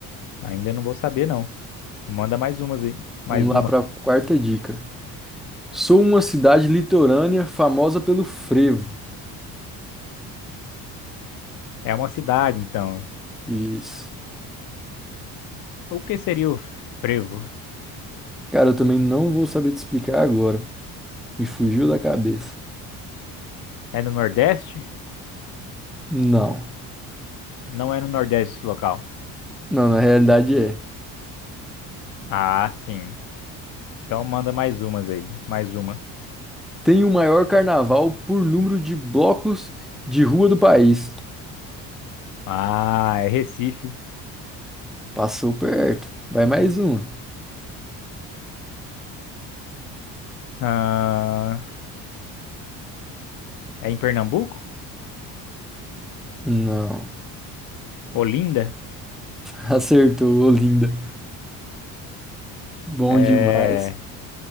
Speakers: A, on the left; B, in the centre.
A: ainda não vou saber não. Manda mais umas aí. Mais
B: Vamos
A: uma.
B: lá para a quarta dica. Sou uma cidade litorânea famosa pelo frevo.
A: É uma cidade, então.
B: Isso.
A: O que seria o frevo?
B: Cara, eu também não vou saber te explicar agora. Me fugiu da cabeça.
A: É no Nordeste?
B: Não.
A: Não é no Nordeste esse local.
B: Não, na realidade é.
A: Ah, sim. Então manda mais umas aí. Mais uma.
B: tem o maior carnaval por número de blocos de rua do país.
A: Ah, é Recife.
B: Passou perto. Vai mais uma.
A: Ah, é em Pernambuco?
B: Não.
A: Olinda?
B: <laughs> Acertou, linda. Bom
A: É.
B: demais.